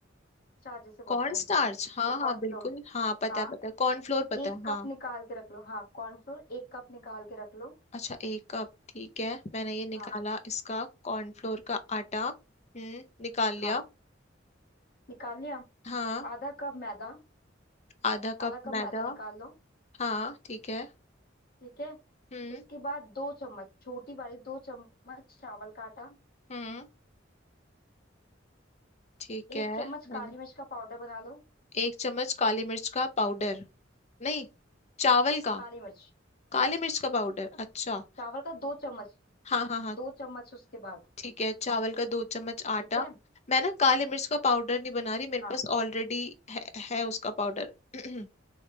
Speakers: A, on the left; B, on the left.
A: स्टार्च जिसे बोलते
B: कॉर्न
A: हैं
B: स्टार्च हाँ
A: या
B: हाँ
A: कॉर्नफ्लोर
B: बिल्कुल हाँ पता
A: हाँ
B: है पता है कॉर्नफ्लोर पता
A: एक
B: है हाँ
A: कप निकाल के रख लो हाँ कॉर्नफ्लोर एक कप निकाल के रख लो
B: अच्छा एक कप ठीक है मैंने ये निकाला
A: हाँ
B: इसका कॉर्नफ्लोर का आटा हम्म निकाल
A: हाँ
B: लिया
A: निकाल लिया
B: हाँ
A: आधा कप मैदा
B: आधा कप
A: आधा कप
B: मैदा
A: मैदा निकाल लो
B: हाँ ठीक है
A: ठीक है
B: हम्म
A: उसके बाद दो चम्मच छोटी वाली दो चम्मच चावल का आटा
B: हम्म ठीक है
A: एक चम्मच
B: मैंने
A: काली मिर्च का पाउडर बना लो
B: एक चम्मच काली मिर्च का पाउडर नहीं चावल का
A: काली मिर्च
B: काली मिर्च का पाउडर अच्छा
A: चावल का दो चम्मच
B: हाँ हाँ हाँ
A: दो चम्मच उसके बाद
B: ठीक है चावल का दो चम्मच
A: ठीक
B: आटा
A: है
B: मैं ना काली मिर्च का पाउडर नहीं बना रही मेरे
A: हाँ
B: पास ऑलरेडी है, है उसका पाउडर <clears throat>